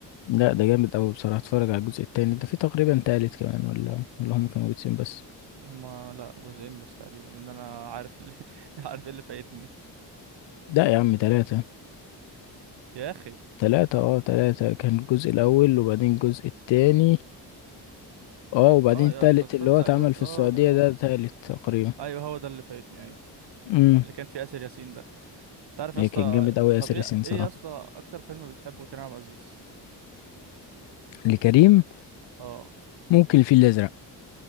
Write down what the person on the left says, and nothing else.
لا ده جامد أوي بصراحة اتفرج على الجزء التاني ده في تقريبا تالت كمان ولا ولا هم كانوا جزئين بس
لا يا عم تلاتة
تلاتة اه تلاتة كان الجزء الأول وبعدين الجزء التاني اه وبعدين
التالت
اللي هو اتعمل
في
السعودية
ده تالت تقريبا
امم
إيه
كان جامد أوي
ياسر
ياسين
صراحة
لكريم
ممكن الفيل الأزرق